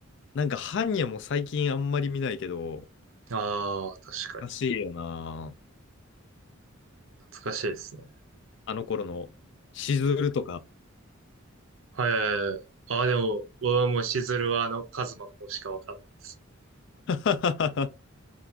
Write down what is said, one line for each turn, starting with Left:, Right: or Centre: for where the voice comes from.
Left: なんか、ハンニャも最近あんまり見ないけど、
Right: ああ、確かに。
Left: らしいよな。
Right: 懐かしいですね。
Left: あの頃の、しずるとか。
Right: はい。ああ、でも、僕はもう、しずるは、あの、カズマの方しかわかんないです。
Left: <laughs>